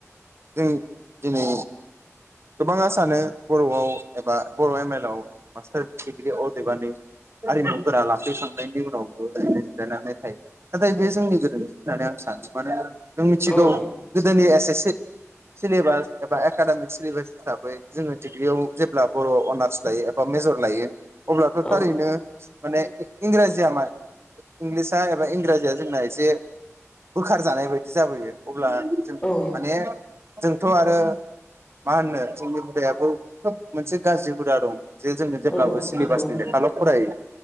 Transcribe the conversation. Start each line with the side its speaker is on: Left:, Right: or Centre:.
Right: जों दिनै गोबाङा सानो बर'आव एबा बर' एम एल आव मास्टार दिग्रि अदेबानि हारिमुफोरा लाखिखांनायनि उनावबो जिरायनानै थायो नाथाय बे जोंनि गोरोन्थि होननानै आं सानो मानो जों मिथिगौ
Left: औ
Right: गोदोनि एस ए सिद सिलेबास एबा एकाडेमिक सिलेबास हिसाबै जोङो डिग्रियाव जेब्ला बर' अनार्स लायो एबा मेजर लायो अब्लाथ'
Left: औ
Right: थारैनो माने इंराजिया मा इंलिसा एबा इंराजिया जोंना एसे बोखार जानाय बायदि जाबोयो अब्ला जों माने
Left: औ
Right: जोंथ' आरो मा होनो जोंनि हुदायाबो खोब मोनसे गाज्रि हुदा दं। जे जोङो जेब्लाबो
Left: औ
Right: सिलेबासनि
Left: नंगौ
Right: लेखाल' फरायो